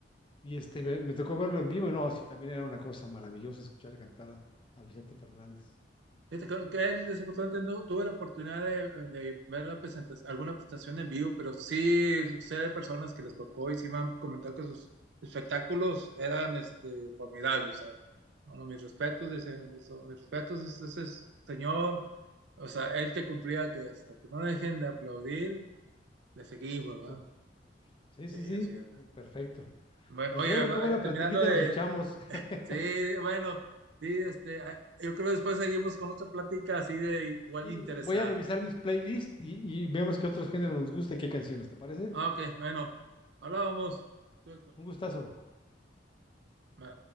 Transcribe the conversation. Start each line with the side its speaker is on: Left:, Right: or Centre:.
Left: Y este, me, me tocó verlo en vivo, y no, sí, también era una cosa maravillosa escuchar cantar a, a Vicente Fernández.
Right: Fíjate que- que él, desafortunadamente no tuve la oportunidad de, de ver la presentación, alguna presentación en vivo, pero sí sé de personas que les tocó y sí me han comentado que sus espectáculos eran este, formidables. O sea, bueno, mis respetos, dicen, dicen, mis respetos, es- ese, es- señor, o sea, él te cumplía que hasta que no dejen de aplaudir, le seguimos,
Left: Exacto.
Right: ¿verdad?
Left: Sí,
Right: Sí,
Left: sí, sí,
Right: así es.
Left: eh, perfecto.
Right: Bueno,
Left: Pues
Right: oye,
Left: bueno,
Right: habla-
Left: qué buena
Right: eh,
Left: platiquita
Right: terminando de,
Left: nos echamos. <laughs>
Right: sí, bueno, sí, este, ah, yo creo que después seguimos con otra plática así de igual
Left: Y
Right: de interesante.
Left: voy a revisar mis playlists y, y vemos qué otros géneros nos gusta y qué canciones, ¿te parece?
Right: Ah, ok, bueno, hablábamos. Tú, Héctor.
Left: Un gustazo.
Right: Va.